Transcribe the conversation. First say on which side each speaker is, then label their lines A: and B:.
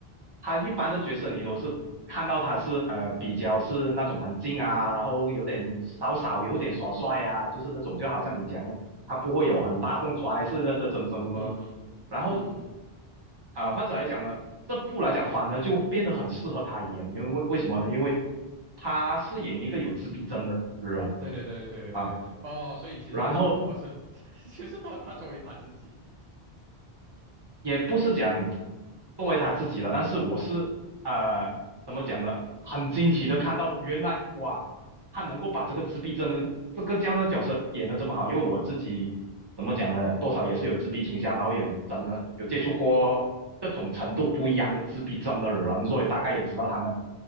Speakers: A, on the right; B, on the right.
A: 他一般的角色你都是看到他是呃比较是那种很静啊，然后有点少少有点耍帅啊，就是这种，就好像你讲的，他不会有很大动作啊还是那这怎么怎么什么的。
B: 嗯嗯嗯嗯嗯嗯嗯。
A: 然后啊、呃或者来讲呢，这部来讲反而就变得很适合他演，因为为为什么呢？因为他饰演一个有自闭症的人
B: 对对对对对对对对，
A: 啊，
B: 哦，所以其实不是突破，
A: 然后
B: 是 <laughs> 其实他他作为他自己，
A: 也不是讲作为他自己了，但是我是呃怎么讲呢？很惊奇的看到原来哇，他能够把这个自闭症的这个这样的角色演的这么好，因为我自己怎么讲呢？多少也是有自闭倾向，然后也真的有接触过各种程度不一样的自闭症的人，所以大概也知道他们